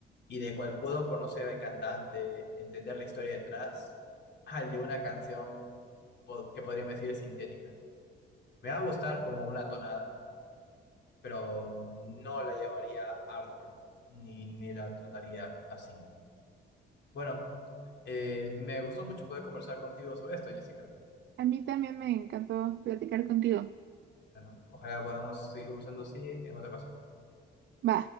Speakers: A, on the left (about 60°); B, on the right (about 65°).
A: y de cual puedo conocer al cantante, entender la historia detrás, al de una canción po- que podríamos decir es sintética. Me va a gustar como una tonada pero no la llamaría arte, ni, ni la trataría así. Bueno, eh, me gustó mucho poder conversar contigo sobre esto, Jessica.
B: A mí también me encantó platicar contigo.
A: Bueno, ojalá podamos seguir conversando así en otra ocasión.
B: Va.